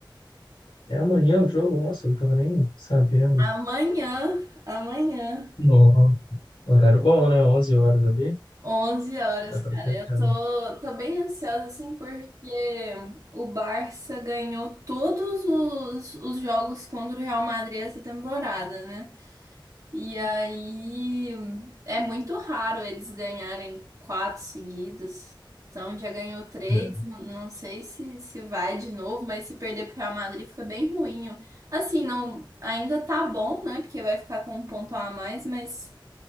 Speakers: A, on the left; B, on the right.
A: É amanhã o jogo, nossa, eu não tava nem sabendo.
B: Amanhã, amanhã.
A: Não. Horário bom, né? onze horas ali,
B: 11 horas,
A: dá pra
B: cara.
A: ter
B: Eu
A: cara.
B: tô, tô bem ansiosa, assim, porque o Barça ganhou todos os, os jogos contra o Real Madrid essa temporada, né? E aí é muito raro eles ganharem quatro seguidas. Então já ganhou três.
A: É.
B: n- Não sei se, se vai de novo, mas se perder pro Real Madrid fica bem ruim. Assim, não, ainda tá bom, né? Porque vai ficar com um ponto a mais, mas,